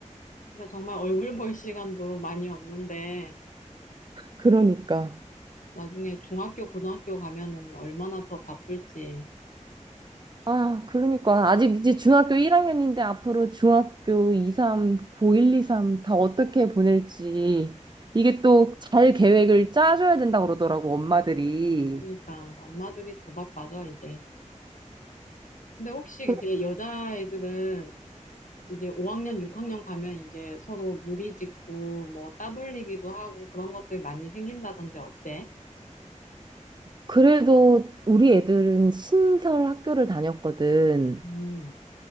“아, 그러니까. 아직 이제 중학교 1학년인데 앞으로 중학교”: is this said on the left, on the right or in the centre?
Right